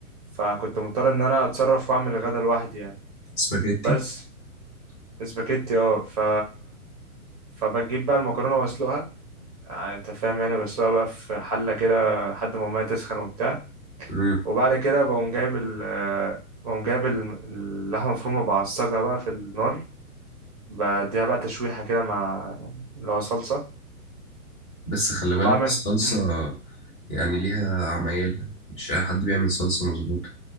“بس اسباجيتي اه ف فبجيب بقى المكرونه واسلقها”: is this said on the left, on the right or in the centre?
Right